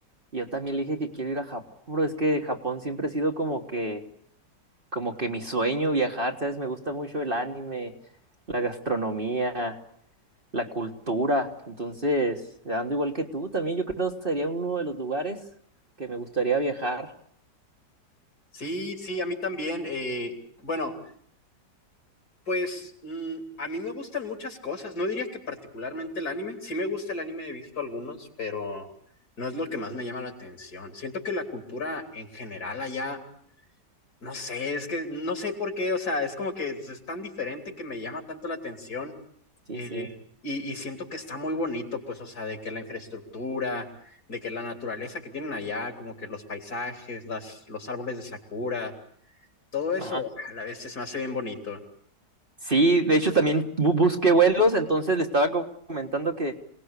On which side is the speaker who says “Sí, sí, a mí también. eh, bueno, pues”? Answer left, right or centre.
Left